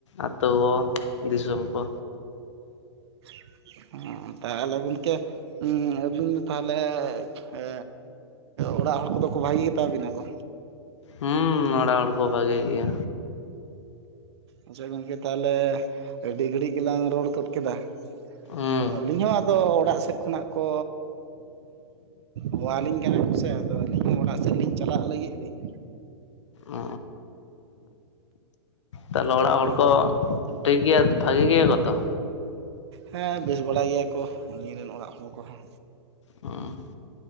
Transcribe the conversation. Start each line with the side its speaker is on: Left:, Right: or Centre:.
Left: ᱟᱛᱳ ᱠᱚ, ᱫᱤᱥᱚᱢ ᱠᱚ᱾
Right: <inaudible> ᱦᱩᱸ, ᱛᱟᱦᱚᱞᱮ ᱜᱚᱝᱠᱮ ᱦᱩᱸ ᱟᱹᱵᱤᱱ ᱫᱚ ᱛᱟᱦᱚᱞᱮ ᱮ ᱚᱲᱟᱜ ᱦᱚᱲ ᱠᱚᱫᱚ ᱠᱚ ᱵᱷᱟᱜᱤ ᱜᱮᱛᱟ ᱵᱤᱱᱟ ᱠᱚ?
Left: ᱦᱩᱸ ᱚᱲᱟᱜ ᱦᱚᱲ ᱠᱚ ᱵᱷᱟᱜᱤ ᱜᱤᱭᱟ᱾
Right: ᱟᱪᱪᱷᱟ ᱜᱚᱝᱠᱮ ᱛᱟᱦᱚᱞᱮ, ᱟᱹᱰᱤ ᱜᱷᱟᱹᱲᱤᱡ ᱜᱮᱞᱟᱝ ᱨᱚᱲ ᱜᱚᱫ ᱠᱮᱫᱟ᱾
Left: ᱦᱩᱸ
Right: ᱛᱚ ᱟᱹᱞᱤᱧ ᱦᱚᱸ ᱟᱫᱚ ᱚᱲᱟᱜ ᱥᱮᱫ ᱠᱷᱚᱱᱟᱜ ᱠᱚ, ᱦᱚᱣᱟ ᱞᱤᱧ ᱠᱟᱱᱟ ᱠᱚᱥᱮ, ᱟᱫᱚ ᱟᱹᱞᱤᱧ ᱦᱚᱸ ᱚᱲᱟᱜ ᱥᱮᱫ ᱞᱤᱧ ᱪᱟᱞᱟᱜ ᱞᱟᱹᱜᱤᱫ᱾ ᱞᱤᱧ
Left: ᱚᱻ ᱛᱟᱦᱞᱮ ᱚᱲᱟᱜ ᱦᱚᱲ ᱠᱚ
Right: ᱟᱫᱚ
Left: ᱴᱷᱤᱠ ᱜᱮᱭᱟ, ᱵᱷᱟᱜᱤ ᱜᱮᱭᱟ ᱠᱚ ᱛᱚ?
Right: ᱦᱮᱸ ᱵᱮᱥ ᱵᱟᱲᱟ ᱜᱮᱭᱟ ᱠᱚ, ᱟᱞᱤᱧ ᱨᱮᱱ ᱚᱲᱟᱜ ᱦᱚᱲ ᱠᱚᱦᱚᱸ᱾
Left: ᱚᱻ